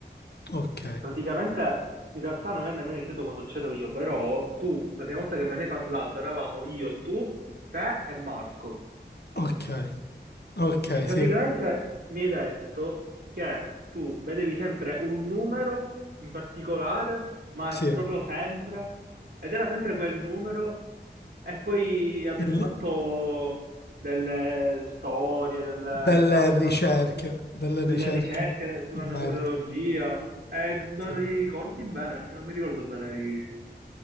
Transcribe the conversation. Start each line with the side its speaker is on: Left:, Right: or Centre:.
Left: ok,
Right: Praticamente in realtà non è nemmeno iniziato quando c'ero io, però tu, la prima volta che me ne hai parlato, eravamo io, tu, te e Marco.
Left: ok, ok,
Right: E praticamente
Left: sì,
Right: mi hai detto che tu vedevi sempre un numero in particolare, ma
Left: sì.
Right: proprio sempre, ed era sempre quel numero, e poi avete
Left: Il-
Right: fatto delle storie, delle,
Left: Delle
Right: no, avete
Left: ricerche,
Right: fatto
Left: delle
Right: delle
Left: ricerche
Right: ricerche de- sulla
Left: in
Right: numerologia,
Left: merito.
Right: e non
Left: Sì.
Right: ricordi bene, perché non mi ricordo bene i-